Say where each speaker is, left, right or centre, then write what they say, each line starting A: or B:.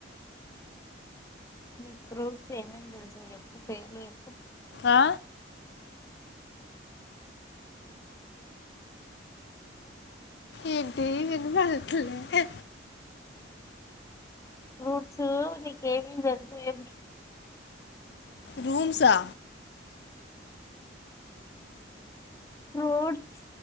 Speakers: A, on the left; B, on the left.
A: నీకు ఫ్రూట్స్ ఏమేమి తెలుసో చేప్పు పేర్లు చేప్పు
B: ఆ ఏంటి వినపడాట్లే
A: ఫ్రూట్స్ నీకు ఏమేమీ తెలుసు ఏం
B: రూంసా
A: ఫ్రూట్